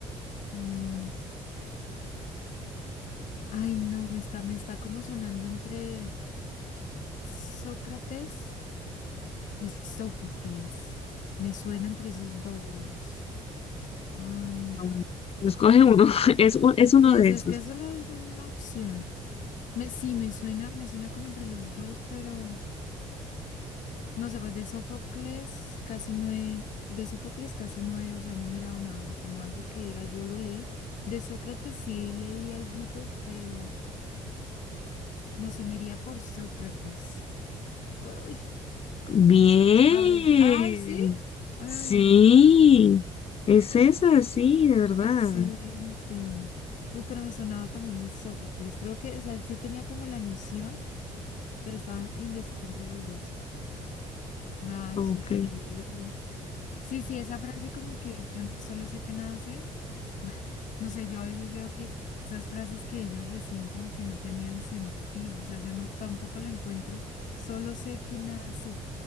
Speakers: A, on the left (about 70°); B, on the left (about 45°).
A: Mm, Ay, no, me está, me está como sonando entre. Sócrates y Sófocles. Me suena entre esos dos. Ay,
B: Mm, Escoge uno, <laughs> es, un- es uno
A: pues
B: de
A: es
B: esos.
A: que solo es una opción. Me, sí, me suena, me suena como entre los dos, pero no sé, pues de Sófocles casi no he, de Sófocles casi no he, o sea, no he mirado nada, o sea, como algo que diga, yo lo leí. De Sócrates sí leí alguito, pero no sé, me iría por Sócrates. Ay,
B: Bien,
A: no sé. Arres, ay, sí. Ay,
B: sí, es esa, sí, de verdad.
A: Excelente. Uy, pero me sonaba también el Sófocles. Creo que, o sea, sí tenía como la noción, pero estaba indecisa entre esos dos. Ah,
B: Ok.
A: súper bien. Sí, sí, esa frase como que yo solo sé que nada sé. <laughs> No sé, yo a veces veo que esas frases que ellos decían como que no tenían sentido. O sea, yo no tampoco la encuentro. Solo sé que nada sé. O